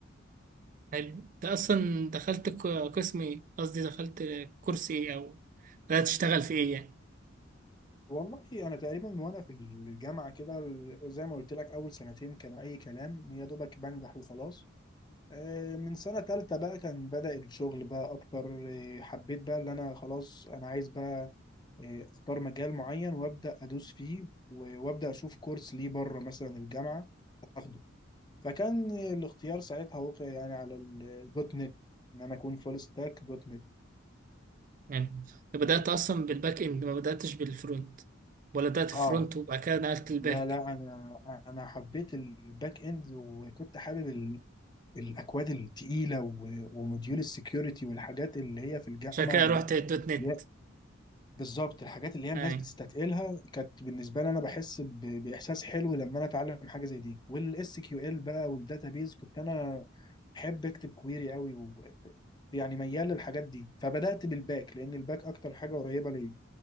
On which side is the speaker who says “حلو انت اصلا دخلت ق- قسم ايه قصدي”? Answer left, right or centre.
Right